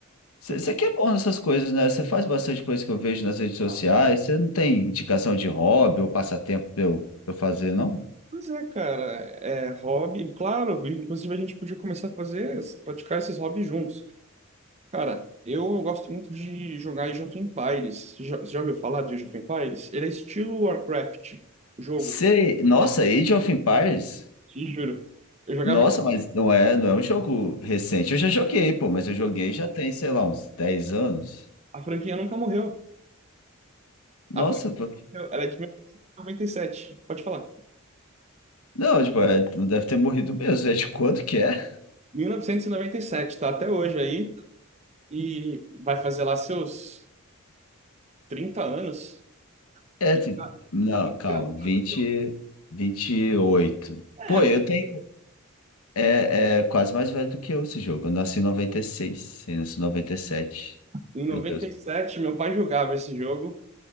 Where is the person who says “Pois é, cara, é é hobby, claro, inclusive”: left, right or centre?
Right